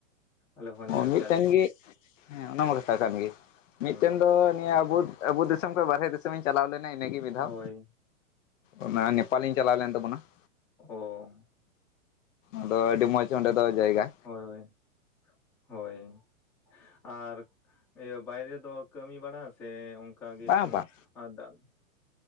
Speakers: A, in the centre; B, on the left.
A: ᱟᱞᱮ ᱦᱚᱸ ᱧᱮᱞ
B: ᱚ ᱢᱤᱫ
A: ᱠᱮᱭᱟᱞᱮ
B: ᱴᱟᱝ ᱜᱮ ᱦᱮᱸ ᱚᱱᱟ ᱢᱟ ᱠᱟᱛᱷᱟ ᱠᱟᱱ ᱜᱮ ᱢᱤᱫ
A: ᱦᱮᱸ
B: ᱴᱮᱱ ᱫᱚ ᱱᱤᱭᱟᱹ ᱟᱵᱚ, ᱟᱵᱚ ᱫᱤᱥᱚᱢ ᱠᱷᱚᱱ ᱵᱟᱨᱦᱮ ᱫᱤᱥᱚᱢ ᱤᱧ ᱪᱟᱞᱟᱣ ᱞᱮᱱᱟ ᱤᱱᱟᱹᱜᱮ ᱢᱤᱜ ᱫᱷᱟᱣ,
A: ᱦᱳᱭ
B: ᱚᱱᱟ ᱱᱮᱯᱟᱞ ᱤᱧ ᱪᱟᱞᱟᱣ ᱞᱮᱱ ᱛᱟᱵᱚ ᱱᱟ ᱾
A: ᱚ
B: ᱟᱫᱚ ᱟᱹᱰᱤ ᱢᱚᱸᱡᱽ ᱚᱸᱰᱮ ᱫᱚ ᱡᱟᱭᱜᱟ
A: ᱦᱳᱭ ᱾ ᱦᱳᱭ ᱟᱨ ᱤᱭᱟᱹ ᱵᱟᱭᱨᱮ ᱫᱚ ᱠᱟᱹᱢᱤ ᱵᱟᱲᱟ ᱥᱮ? ᱤᱱᱠᱟᱹ ᱜᱮ
B: ᱵᱟᱝ
A: <unintelligible>
B: ᱵᱟᱝ
A: ᱾